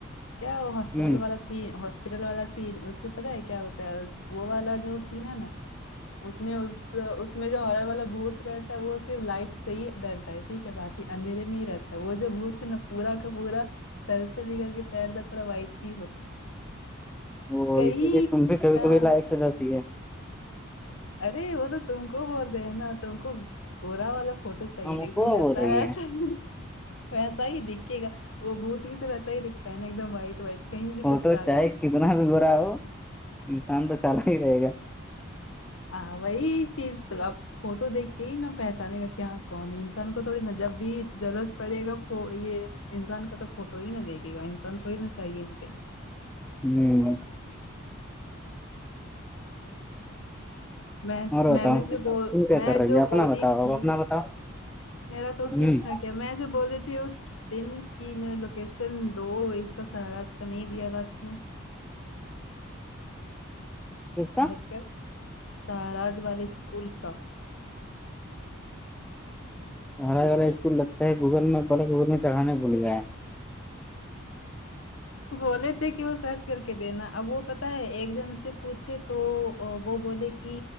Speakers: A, on the left; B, in the centre.
A: کیا وہ ہاسپٹل
B: ہیں
A: والا سین سین ہاسپٹل والا سین اس سے پتا ہے کیا ہوتا ہے وہ والا جو سین ہے نا اس میں اس اس میں جو ہرر والا بھوت رہتا ہے وہ صرف لائٹ سے ہی ڈر ٹھیک ہے باقی اندھیرے میں ہی رہتا ہے وہ جو بھوت ہے نا پورا کا پورا سر سے لے کر کے پیر تک پورا وائٹ ہی ہوتا
B: اوہو
A: کئی
B: اسی لیے تم بھی کبھی
A: ہاں
B: کبھی لائٹ سے ڈرتی ہے
A: ارے وہ تو تم کو بولتے ہیں نا تم کو گورا والا فوٹو چاہیے
B: ہم
A: تھا ایک
B: کو
A: دم ایسا
B: بول رہی
A: ویسا
B: ہے
A: ہی ویسا ہی دکھے گا وہ بھوت بھی تو ویسا ہی دکھتا ہے نا ایک دم وائٹ وائٹ کہیں بھی
B: فوٹو
A: کچھ داغ
B: چاہے
A: نہیں
B: کتنا بھی برا ہو انسان تو کالا ہی رہے گا
A: ہاں وہی چیز تو اب فوٹو دیکھ کے ہی نا پہچانے گا کیا کون ہے انسان کو تھوڑی نا جب بھی ضرورت پڑے گا یہ انسان کا تو فوٹو ہی نہا دیکے گا انسان تھوڑی نا چاہیے نہی کہی
B: ہمم
A: میں
B: اور
A: میں
B: بتاؤ
A: نے جو بول
B: تم کیا
A: میں
B: کر رہی
A: جو
B: ہے اپنا
A: بولی
B: بتاؤ
A: تھی
B: اب اپنا بتاؤ
A: میرا تو
B: ہ
A: ٹھیک ٹھاک ہے میں جو بول رہلی تھی اس دن کی میرا نے لوکیشن دو اس کا سہاراج کا نہیں دیا لاسٹ میں
B: کا
A: بلکڈ سہاراج والے اسکول کا
B: سہاراج والا اسکول لگتا ہے گوگل میں پر گوگل میں چڑھانے بھول گیا ہے
A: بولے تھے کہ وہ سرچ کر کے دینا اب وہ پتا ہے ایک جن سے پوچھے تو وہ بولے کہ